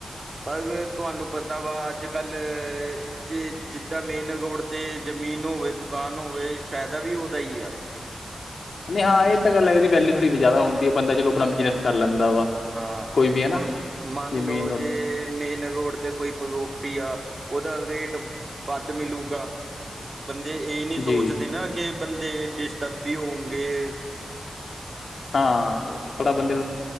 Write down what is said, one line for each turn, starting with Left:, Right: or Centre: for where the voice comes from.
Right: ਪਰ ਤੁਹਾਨੂੰ ਪਤਾ ਵਾ ਅੱਜ ਕੱਲ੍ਹ ਜੇ ਜਿੱਦਾਂ ਮੇਨ ਰੋਡ 'ਤੇ ਜ਼ਮੀਨ ਹੋਵੇ ਦੁਕਾਨ ਹੋਵੇ ਫਾਇਦਾ ਵੀ ਉਹਦਾ ਹੀ ਆ
Left: ਨਹੀਂ ਹਾਂ ਇਹ ਤਾਂ ਗੱਲ ਹੈ ਇਹਦੀ ਵੈਲੂ ਥੋੜੀ ਜ਼ਿਆਦਾ ਹੁੰਦੀ ਆ ਬੰਦਾ ਚਲੋ ਆਪਣਾ ਬਿਜ਼ਨਸ ਕਰ ਲੈਂਦਾ ਵਾ
Right: ਹਾਂ
Left: ਕੋਈ ਵੀ ਹੈ ਨਾ
Right: ਹੁਣ ਮੰਨ
Left: ਜੇ
Right: ਲਓ
Left: ਮੇਨ
Right: ਜੇ
Left: ਰੋਡ
Right: ਮੇਨ ਰੋਡ ਤੇ ਕੋਈ ਪਗੋਪੀ ਆ ਉਹਦਾ ਰੇਟ ਵੱਧ ਮਿਲੂਗਾ ਬੰਦੇ ਇਹ ਨੀ ਸੋਚਦੇ
Left: ਜੀ
Right: ਨਾ ਕਿ ਬੰਦੇ ਡਿਸਟਰਬ ਵੀ ਹੋਊਗੇ
Left: ਹਾਂ ਥੋੜਾ ਬੰਦੇ